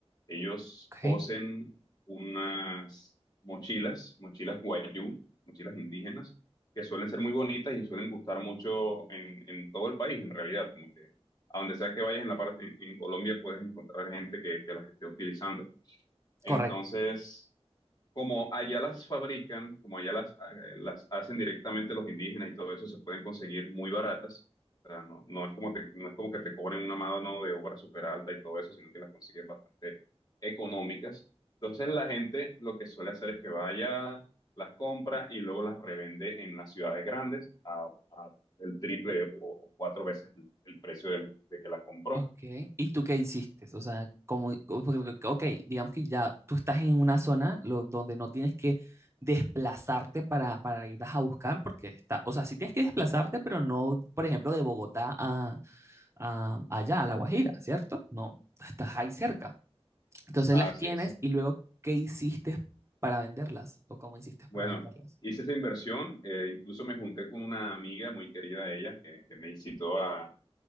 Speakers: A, on the left (about 40°); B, on the right (about 25°).
A: ellos
B: Ok,
A: cosen unas mochilas, mochilas guayú, mochilas indígenas, que suelen ser muy bonitas y suelen gustar mucho en, en todo el país, en realidad, como que a donde sea que vayas en la parte, en, en Colombia puedes encontrar gente que, que las esté utilizando. Entonces...
B: correcto.
A: Como allá las fabrican, como allá las, eh, las hacen directamente los indígenas y todo eso, se pueden conseguir muy baratas. O sea, no, no es como te- no es como que te cobren una mano de obra súper alta y todo eso, sino que las consigues bastante económicas. Entonces la gente lo que suele hacer es que vaya, las compra y luego las revende en las ciudades grandes a, a el triple o o cuatro veces el, el precio de, la- de que las compró.
B: Ok, ¿y tú qué hiciste? O sea, como, como- porque, ok, digamos que ya tú estás en una zona lo- donde no tienes que desplazarte para, para ir a buscar, porque está, o sea, sí tienes que desplazarte, pero no, por ejemplo, de Bogotá a, a- allá, a La Guajira, ¿cierto? No, estás ahí cerca. Entonces
A: Así
B: las tienes
A: es.
B: y luego, ¿qué hiciste para venderlas? ¿O cómo hiciste
A: Bueno,
B: para venderlas?
A: hice esa inversión, eh, incluso me junté con una amiga muy querida de ella que, que me incitó a